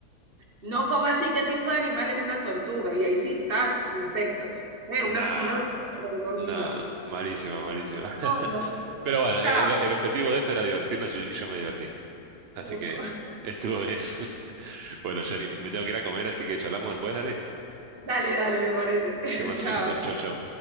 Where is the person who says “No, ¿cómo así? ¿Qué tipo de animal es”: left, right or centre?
Right